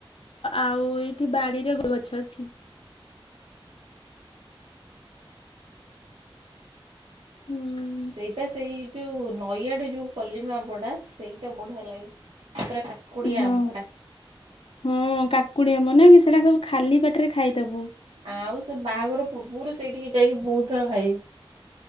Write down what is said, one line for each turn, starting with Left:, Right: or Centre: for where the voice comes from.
Left: ଆଉ ଏଇଠି ବାଡିରେ <inaudible> ଗଛ ଅଛି। ହୁଁ।
Right: ସେଇପା ସେଇ ଯୋଉ ନଈ ଆଡେ ଯୋଉ କଲିମୀ ଆମ୍ବଟା ସେଇଟା ବଢିଆ ଲାଗେ ପୁରା କାକୁଡିଆ
Left: ହଁ
Right: ଆମ୍ବଟା।
Left: ହଁ କାକୁଡି ଆମ୍ବ ନାକି ସେଟା ସବୁ ଖାଲି ପାଟରେ ଖାଇଦୋବୁ।
Right: ଆଉ ସେ ବାହାଘର ପୂର୍ବରୁ ସେଇଠିକି ଯାଇକି ବୋହୁତ ଥର ଖାଇଚି।